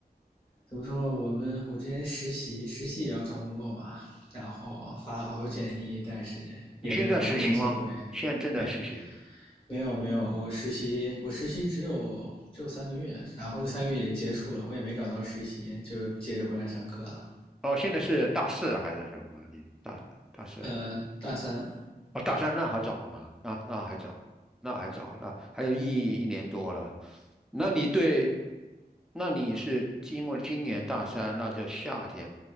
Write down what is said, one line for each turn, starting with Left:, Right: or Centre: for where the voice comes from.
Left: 怎么说，我们我之前实习，实习也要找工作嘛，然后发了好多简历，但是也没有多少个公司会
Centre: 你现在实习吗？现在正在实习。
Left: 没没有没有，我实习我实习只有只有三个月，然后这三个月已经结束了，我也没找到实习，就接着回来上课了。
Centre: 哦，现在是大四啊还是什么？你大大四？
Left: 呃，大三，
Centre: 哦，大三那还早呢，那那还早，那还早，那还有一一年多了。那你对，那你是经过今年大三，那就夏天，